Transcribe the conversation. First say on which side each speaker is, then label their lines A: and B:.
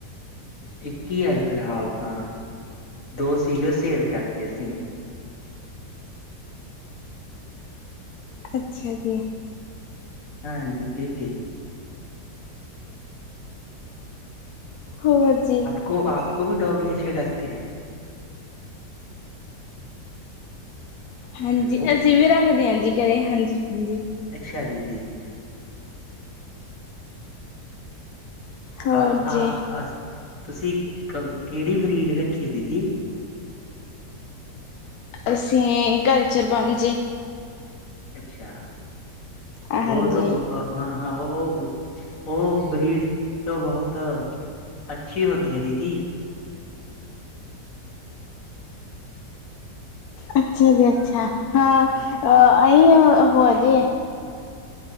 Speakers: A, on the left; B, on the left.
A: ਇੱਕ ਈ ਆ ਫਿਲਹਾਲ ਤਾਂ ਦੋ ਸੀਗੇ ਉਹ ਸੇਲ ਕਰਤੇ ਅਸੀਂ
B: ਅੱਛਿਆ ਜੀ
A: ਹਾਂਜੀ ਦੇ ਤੇ
B: ਹੋਰ ਜੀ
A: ਕੋ ਆਪ ਕੋ ਵੀ ਡੌਗੀ ਅੱਛੇ ਲਗਤੇ ਹੈ
B: ਹਾਂਜੀ
A: ਹੈਲੋ
B: ਅਸੀਂ ਵੀ ਰੱਖਦੇ ਜੀ ਘਰੇ ਹਾਂਜੀ ਹਾਂਜੀ
A: ਅੱਛਾ ਦੀਦੀ ਜੀ
B: ਹੋਰ
A: ਆਪ ਆ
B: ਜੀ।
A: ਤੁਸੀਂ ਕਿਹੜੀ ਬਰੀਡ ਰੱਖੀ ਦੀਦੀ
B: ਅਸੀਂ ਕਲਚਰ ਬਮ ਜੀ
A: ਅੱਛਾ
B: ਹਾਂਜੀ
A: ਬਹੁਤ ਬ ਹਾਂ ਹਾਂ ਉਹ ਉਹ ਬਰੀਡ ਤੋਂ ਬਹੁਤ ਅੱਛੀ ਹੋਤੀ ਹੈ ਦੀਦੀ
B: ਅੱਛਾ ਜੀ ਅੱਛਾ ਹਾਂ
A: ਹਾਂਜੀ
B: ਅਹੀ ਹੋ ਜੇ